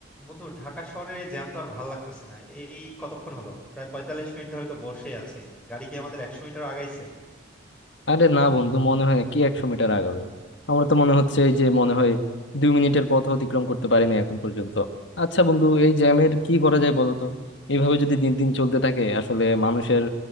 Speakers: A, in the centre; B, on the left.
A: বন্ধু ঢাকা শহরে জ্যাম তো আর ভালো লাগতেছে না এই কতক্ষণ হলো প্রায় পঁয়তাল্লিশ মিনিট ধরে তো বসেই আছি গাড়ি কি আমাদের একশো মিটার আগাইছে
B: আরে না বন্ধু মনে হয় কি একশো মিটার আগাবে আমার তো মনে হচ্ছে এই যে মনে হয় দুই মিনিটের পথ অতিক্রম করতে পারি না এখন পর্যন্ত আচ্ছা বন্ধু এই জ্যামের কি করা যায় বলো তো এইভাবে যদি দিন দিন চলতে থাকে আসলে মানুষের